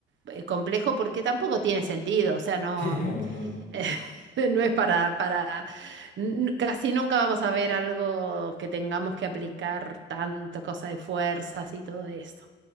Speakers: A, on the right (about 70°); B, on the left (about 65°).
A: eh, complejo porque tampoco tiene sentido, o sea, no...
B: Sí, no,
A: mm,
B: no, no.
A: <laughs> No es para, para, n- casi nunca vamos a ver algo que tengamos que aplicar tanto, cosa de fuerzas y todo esto.